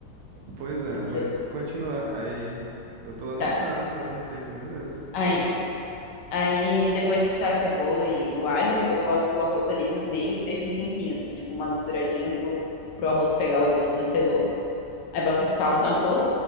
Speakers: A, on the right; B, on the left.
A: Pois é,
B: precisa
A: mas continua. Aí, eu tô anotando
B: fritar.
A: essa receita, meu Deus.
B: Aí,
A: Parece...
B: aí, depois de fritar a cebola e o alho, eu boto o arroz ali no meio e deixo um tempinho, assim, tipo, uma misturadinha pro, pro arroz pegar o gosto da cebola. Aí boto sal no arroz.